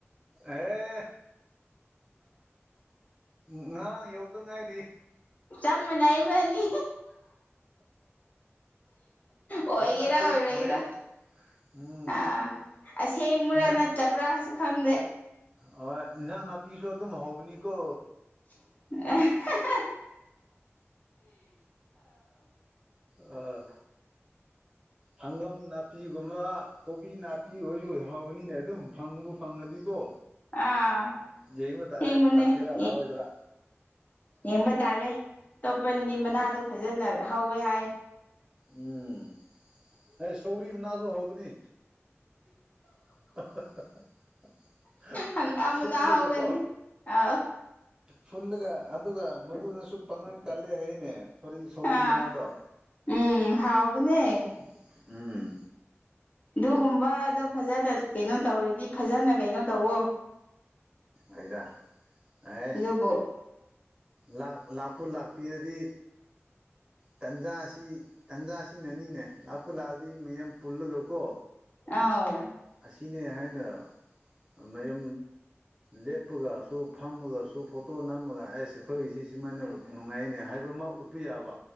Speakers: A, on the right (about 20°); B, on the left (about 35°).
A: ꯑꯦ ꯉꯔꯥꯡ ꯌꯧꯗ ꯉꯥꯏꯔꯤ
B: ꯆꯕ ꯃꯅꯥꯏꯕꯅꯤ ꯑꯣꯏꯒꯦꯔꯥ
A: ꯑꯣꯟꯅꯁꯤꯦ
B: ꯑꯣꯏꯔꯣꯏꯒꯦꯔꯥ
A: ꯃꯌ ꯎꯝ
B: ꯑꯥ ꯑꯁꯦꯡꯕ꯭ꯔꯥ
A: ꯏꯟꯖꯥꯡ
B: ꯅꯠꯇꯕ꯭ꯔꯥꯁꯨ ꯈꯪꯗꯦ
A: ꯍꯣꯏ ꯏꯟꯖꯥꯡ ꯅꯥꯄꯤꯁꯨ ꯑꯗꯨꯝ ꯍꯧꯕꯅꯤꯀꯣ
B: ꯑ
A: ꯑꯣ ꯍꯪꯒꯥꯝ ꯅꯥꯄꯤꯒꯨꯝꯕ ꯀꯣꯕꯤ ꯅꯥꯄꯤ ꯑꯣꯏꯁꯨ ꯐꯅꯤꯅꯦ ꯑꯗꯨꯝ ꯐꯪꯉꯕꯨ ꯐꯪꯉꯗꯤꯀꯣ
B: ꯑꯥ
A: ꯌꯦꯃ
B: ꯑꯁꯦꯡꯕꯅꯦ
A: ꯇꯔꯦ ꯂꯀꯦꯔ ꯂꯑꯣ ꯑꯣꯏꯗ꯭ꯔꯥ
B: ꯌꯦꯡꯕ ꯇꯥꯔꯦ ꯇꯣꯞꯄꯟꯒꯤ ꯃꯅꯥꯗꯣ
A: ꯎꯝ
B: ꯐꯖꯅ ꯍꯧꯋꯦ ꯍꯥꯏ
A: ꯎꯝ ꯑꯩ ꯁꯧꯒꯔꯤ ꯅꯥꯁꯨꯣꯡ ꯍꯕꯅꯤ <unintelligible>
B: ꯍꯪꯒꯥꯝ
A: ꯐꯨꯜꯂꯒ
B: ꯅ ꯍꯧꯒꯅꯤ
A: ꯀꯣ
B: ꯑ
A: ꯐꯨꯜꯂꯒ ꯑꯗꯨꯒ ꯃꯗꯨꯅꯁꯨ ꯄꯥꯡꯒꯟ ꯀꯜꯂꯦ ꯍꯥꯏꯅꯦ ꯁ ꯁꯧꯒꯔꯤ
B: ꯑꯥ
A: ꯃꯗꯣ
B: ꯎꯝ ꯍꯥꯎꯕꯅꯦ
A: ꯎꯝ ꯎꯝ
B: ꯑꯗꯨꯒꯨꯝꯕꯗꯣ ꯐꯖꯅ ꯀꯩꯅꯣ ꯇꯧꯔꯗꯤ ꯐꯖꯅ ꯀꯩꯅꯣ ꯇꯧꯋꯣ
A: ꯑꯩꯗ ꯑꯦ
B: ꯑꯗꯨꯕꯨ
A: ꯂ ꯂ ꯄꯨꯟ ꯂꯥꯛꯄꯤꯔꯗꯤ ꯇꯟꯖꯥꯁꯤ ꯇꯟꯖꯥꯁꯤꯅꯅꯤꯅꯦ ꯂꯥꯞꯄ ꯂꯥꯛꯑꯗꯤ ꯃꯌꯥꯝ ꯄꯨꯜꯂꯒꯀꯣ
B: ꯑꯥꯎ
A: ꯑꯁꯤꯅꯦ ꯍꯥꯏꯅ ꯃꯌ ꯂꯦꯞꯄꯒꯁꯨ ꯐꯝꯃꯒꯁꯨ ꯐꯣꯇꯣ ꯅꯝꯃꯒ ꯑꯦꯁ ꯑꯩꯈꯣꯏꯒꯤ ꯁꯤ ꯁꯤꯃꯥꯏꯅ ꯅꯨꯡꯉꯥꯏꯅꯦ ꯍꯥꯏꯕ ꯑꯃ ꯎꯠꯄ ꯌꯥꯕ